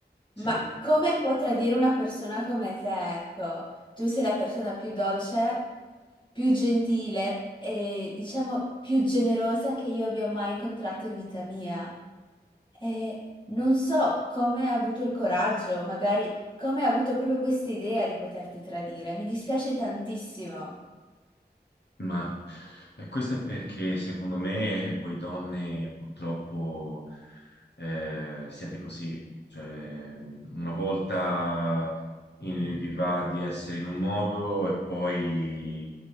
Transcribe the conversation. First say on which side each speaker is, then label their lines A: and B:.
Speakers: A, on the left; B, on the left.
A: Sì.
B: Ma come può tradire una persona come te? Ecco, tu sei la persona più dolce, più gentile e diciamo più generosa che io abbia mai incontrato in vita mia. E non so come ha avuto il coraggio, magari come ha avuto proprio questa idea di poterti tradire. Mi dispiace tantissimo.
A: Ma eh, questo è perché secondo me voi donne purtroppo eh, siete così, cioè una volta in- vi va di essere in un modo e poi